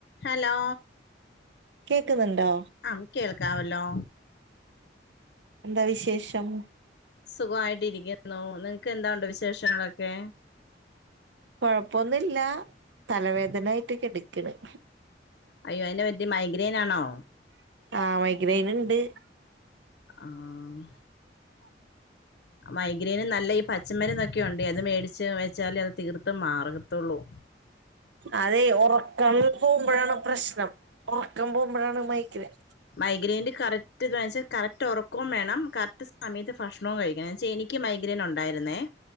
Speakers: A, on the left; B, on the right.
A: Hello
B: കേക്കുന്നുണ്ടോ
A: ആം കേൾക്കാവല്ലോ
B: എന്താ വിശേഷം
A: സുഖവായിട്ടിരിക്കുന്നു നിങ്ങക്ക് എന്താ ഉണ്ട് വിശേഷങ്ങളൊക്കെ
B: കൊഴപ്പൊന്നുല്ല തലവേദനായിട്ട് കെടക്കണ്
A: അയ്യോ അതെന്നാ പറ്റിയെ മൈഗ്രെൻ ആണോ
B: ആഹ് മൈഗ്രൈൻ ഇണ്ട്
A: ആഹ് മൈഗ്രൈനും നല്ല ഈ പച്ചമരന്ന്ക്കെയ ഉണ്ട് അത് മേടിച്ച് വെച്ചാൽ അത് തീർത്തും മാറത്തുള്ളൂ
B: അതെ ഉറക്കം പോകുമ്പോഴാണ് പ്രശ്നം ഉറക്കം പോകുമ്പോഴാണ് മൈഗ്രെയ്ൻ
A: മൈഗ്രയിൻറ് കറക്റ്റ് ത് വെച്ചാൽ കറക്റ്റ് ഉറക്കവും വേണം കറക്റ്റ് സമയത്ത് ഭക്ഷണവും കഴിക്കണം വെച്ചാൽ എനിക്ക് എനിക്ക് മൈഗ്രയിൻറ് ഉണ്ടയിരുന്നോ